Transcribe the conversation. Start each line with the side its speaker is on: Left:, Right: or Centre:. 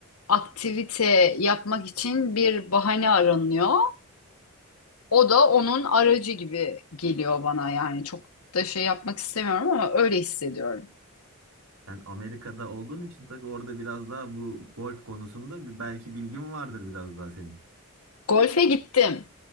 Left: aktivite yapmak için bir bahane aranıyor. O da onun aracı gibi geliyor bana yani. Çok da şey yapmak istemiyorum ama öyle hissediyorum.
Right: Sen Amerika'da olduğun için tabii orada biraz daha bu golf konusunda bir belki bilgin vardır biraz daha senin.
Left: Golfe gittim.